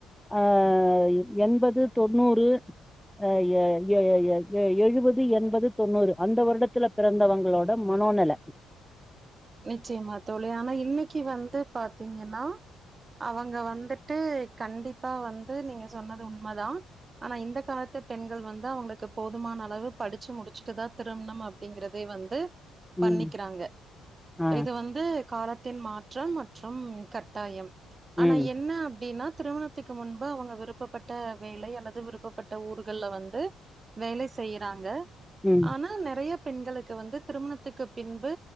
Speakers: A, in the centre; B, on the right.
A: ஆ எண்பது தொண்ணூறு ஆ <unintelligible> எழுவது எண்பது தொண்ணூறு அந்த வருடத்துல பிறந்தவங்களோட மனோநெல
B: நிச்சயமா தோழி ஆனா இன்னைக் இன்னிக்கு வந்து பாத்தீங்கன்னா அவங்க வந்து ட்டு கண்டிப் ப்பா வந்து நீங்க சொன்னது உண்மதா ஆனா இந்த காலத்து பெண்கள் வந் அவங்களுக்கு போதுமான அளவு படிச்சு முடிச்சுட்டு தா திருமணம் அப்டிங்கறதே வந்து பண்ணிக்கிறாங்க
A: ம் ஆ
B: இது வந்து காலத்தின் மாற்றம் மற்றும் கட்டாயம் ஆனா
A: ம்
B: என்ன அப்டின்னா திருமணத்துக்கு முன்பு அவங்க விருப்பப்பட்ட வேலை அல்லது விருப்பப்பட்ட ஊர்கள்ல வந்து வேலை செய்யறாங்க
A: ம்
B: ஆனா நெறைய பெண்களுக்கு வந்து திருமணத்துக்கு பின்பு